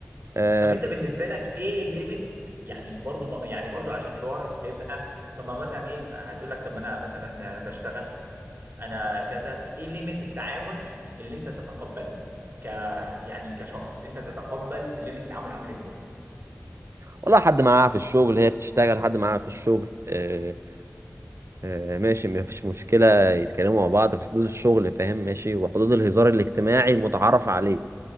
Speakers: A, on the right; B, on the right.
A: آه،
B: طب انت بالنسبه لك ايه الليميت يعني برضو يعني برضو عشان الحوار هيبقى طب ما مثلا ايه هتقول لك طب ما انا مثلا انا بشتغل انا كذا في ايه ليميت التعامل اللي انت تتقبله ك يعني كشخص انت تتقبل ليميت التعامل عامل ازاي
A: والله حد معاها في الشغل هي بتشتغل حد معاها في الشغل آه، آه، ماشي مفيش مشكلة يتكلموا مع بعض في حدود الشغل فاهم ماشي وحدود الهزار الاجتماعي المتعارف عليه